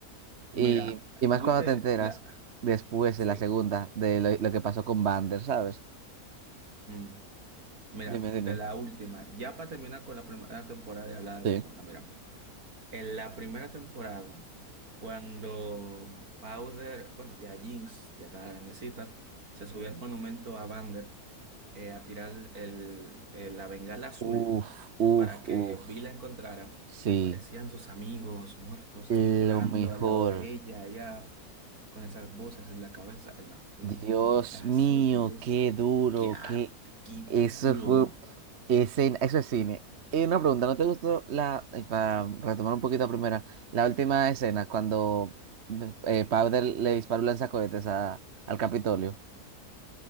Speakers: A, on the right; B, on the right.
A: Mira,
B: Y, y
A: tuviste
B: más cuando te enteras
A: la,
B: después
A: Sí.
B: de la segunda de lo, lo que pasó con Vander, ¿sabes?
A: Mm. Mira,
B: Dime, dime.
A: de la última, ya para terminar con la primera temporada y hablar de la
B: sí
A: segunda, mira, en la primera temporada, cuando Powder, bueno, ya Jinx, ya estaba grandecita, se subió al monumento a Vander eh, a tirar el, el- la bengala azul
B: Uf, uf,
A: para que
B: uf.
A: Vi la encontrara,
B: Sí,
A: que aparecían sus amigos muertos
B: lo
A: ahí llorando
B: mejor.
A: al lado de ella, allá. con esas voces en la cabeza. No, fue
B: Dios
A: un momentazo,
B: mío,
A: Dios.
B: qué duro,
A: ¡Qué arte!
B: qué...
A: ¡Qué duro!
B: Eso fue... Ese... Eso es cine. Y una pregunta, ¿no te gustó la... ay, Para retomar un poquito la primera, la última escena, cuando eh, Powder le disparó un lanzacohetes a- al Capitolio.